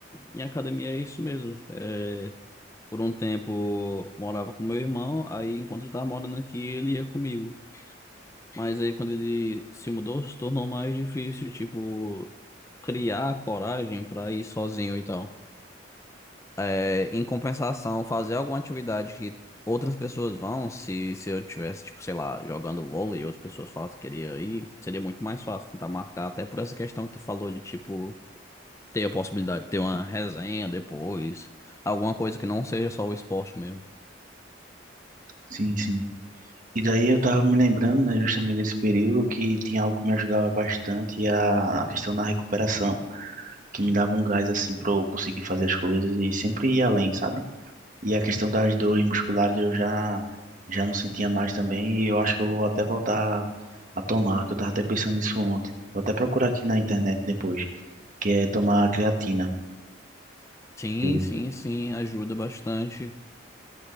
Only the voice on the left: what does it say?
em academia é isso mesmo. É, por um tempo morava com meu irmão, aí enquanto ele tava morando aqui, ele ia comigo. Mas aí quando ele se mudou, se tornou mais difícil, tipo, criar coragem para ir sozinho e tal. É, em compensação, fazer alguma atividade que outras pessoas vão, se, se eu tivesse, tipo, sei lá, jogando vôlei e outras pessoas falam que queria ir, seria muito mais fácil tentar marcar, até por essa questão que tu falou de, tipo, ter a possibilidade de ter uma resenha depois, alguma coisa que não seja só o esporte mesmo.
Sim,
sim, sim, ajuda bastante.